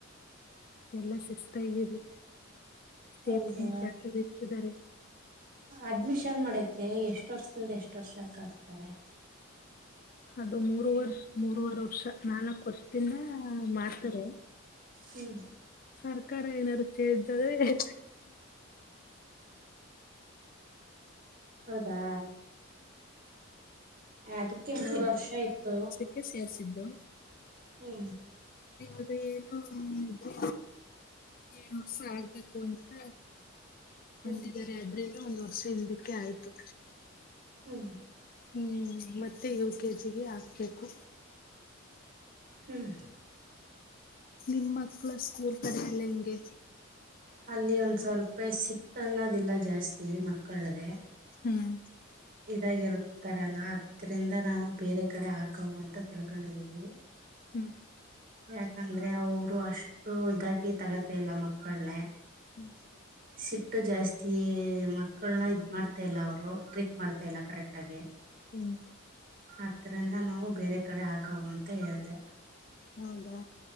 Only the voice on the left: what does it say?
ಎಲ್ಲ ಶಿಸ್ತ ಆಗರಿ ಸೇಫಿ
ಜರು ಇರ್ತಿದ್ದಾರೆ
ಅದು ಮೂರ್ ವರ್ಷ ಮೂರ್ವರೆ ವರ್ಷ ನಾಲ್ಕ್ ವರ್ಷದಿಂದ ಮಾಡ್ತಾರೆ
ಸರ್ಕಾರ ಏನಾರು ಚೆಜೇ ಆದ್ರೆ
ಸೇರ್ರಿಸಿದ್ದು
ಅದೆದು ಏನು ಇದ್ರ ಏಳರ್ಷ ಆ ಬು ಅಂತ
ಅಂತಿದ್ದಾರೆ ಅಂದ್ರು ಒಂದ್ ವರ್ಷ ಹಿಂದಕ್ಕೆ ಆಯ್ತು
ಹ್ಮ್ ಮತ್ತೆ ಯು ಕೆ ಜಿಗೆ ಹಾಕ್ಬೇಕು
ನಿಮ್ಮ ಮಕ್ಕಳು ಸ್ಕೂಲ್ ಕಡೆ ಎಲ್ಲಾ ಹೆಂಗೆ
ಹ್ಮ್
ಹ್ಮ್
ಹ್ಮ್
ಹ್ಮ್
ಹೌದಾ